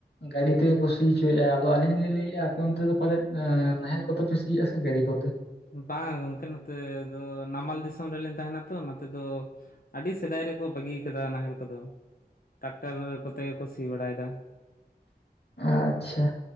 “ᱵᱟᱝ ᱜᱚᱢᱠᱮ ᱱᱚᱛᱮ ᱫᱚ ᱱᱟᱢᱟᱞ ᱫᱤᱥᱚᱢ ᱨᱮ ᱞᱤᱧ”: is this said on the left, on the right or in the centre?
Left